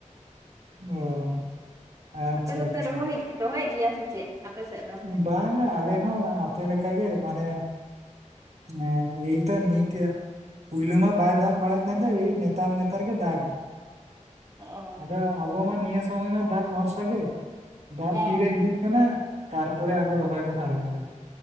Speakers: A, on the right (about 60°); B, on the right (about 25°).
A: ᱚ ᱟᱪᱪᱷᱟ
B: ᱟᱯᱮ ᱫᱚᱯᱮ
A: ᱟᱪᱪᱷᱟ
B: ᱨᱚᱦᱚᱭ ᱜᱮ ᱨᱚᱦᱚᱭᱮᱫ ᱜᱮᱭᱟ ᱥᱮ ᱪᱮᱫ ᱟᱯᱮ ᱥᱮᱫ ᱫᱚ?
A: ᱵᱟᱝᱟ ᱟᱞᱮ ᱦᱚᱸ ᱟᱯᱮ ᱞᱮᱠᱟᱜᱮ ᱢᱟᱱᱮ ᱦᱮᱸ ᱤᱭᱛᱚ ᱱᱤᱛᱭᱟ ᱯᱩᱭᱞᱩ ᱢᱟ ᱵᱟᱭ ᱫᱟᱜ ᱵᱟᱲᱟᱭᱮᱫ ᱛᱟᱦᱮᱫ-ᱟ ᱮᱭ ᱱᱮᱛᱟᱨ ᱱᱮᱛᱟᱨ ᱜᱮᱭ ᱫᱟᱜ <unintelligible>
B: ᱚ
A: ᱟᱫᱚ
B: ᱦᱮᱸ
A: ᱟᱵᱚ ᱢᱟ ᱱᱤᱭᱟᱹ ᱥᱚᱢᱚᱭ ᱢᱟ ᱫᱟᱜ ᱵᱷᱚᱨᱥᱟ ᱜᱮ ᱫᱟᱜ
B: ᱦᱮᱸ
A: ᱛᱤᱨᱮ ᱦᱤᱡᱩᱜ ᱠᱟᱱᱟ ᱾ ᱛᱟᱨᱯᱚᱨᱮ ᱟᱵᱚ ᱨᱚᱦᱚᱭ ᱵᱚᱱ ᱟᱨᱟᱢᱵᱚᱭᱟ